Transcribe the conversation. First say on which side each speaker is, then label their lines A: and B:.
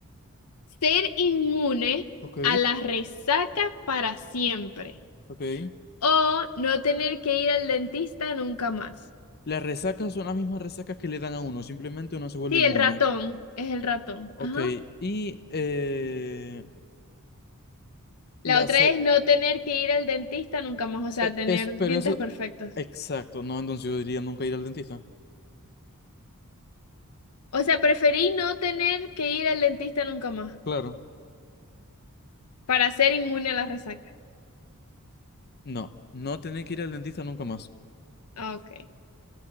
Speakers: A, on the left (about 90°); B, on the left (about 45°).
A: Ser inmune
B: Ok,
A: a la resaca para siempre
B: ok.
A: o no tener que ir al dentista nunca más.
B: Las resacas son las mismas resacas que le dan a uno, simplemente uno se vuelve
A: Sí,
B: inmune.
A: el ratón, es el ratón.
B: Ok,
A: Ajá.
B: y eh,
A: La
B: la
A: otra
B: se-
A: es no tener que ir al dentista nunca más, o sea,
B: e-
A: tener
B: es, pero
A: dientes
B: eso,
A: perfectos.
B: exacto, no, entonces yo diría nunca ir al dentista.
A: O sea, preferí no tener que ir al dentista nunca más
B: Claro.
A: para ser inmune a la resaca.
B: No, no tener que ir al dentista nunca más.
A: Ah, Ok.